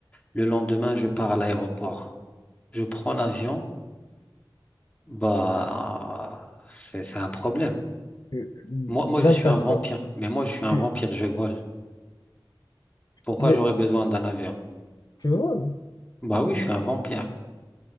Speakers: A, on the left; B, on the left.
A: Le lendemain, je pars à l'aéroport. Je prends l'avion. Bah, c'est, c'est un problème.
B: Tu-
A: Moi, moi, je suis
B: quatre
A: un vampire.
B: heures.
A: Mais moi, je suis
B: Tu,
A: un vampire, je vole. Pourquoi
B: les-
A: j'aurais besoin d'un avion?
B: tu voles,
A: Bah oui, je suis un vampire.